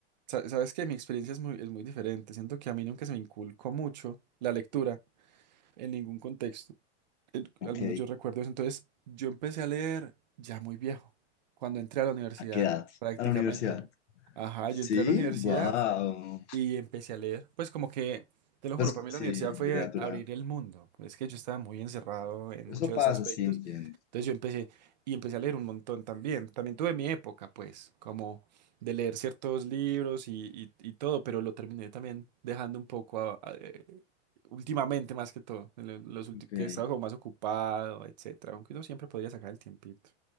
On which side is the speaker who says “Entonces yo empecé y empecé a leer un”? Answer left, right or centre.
Right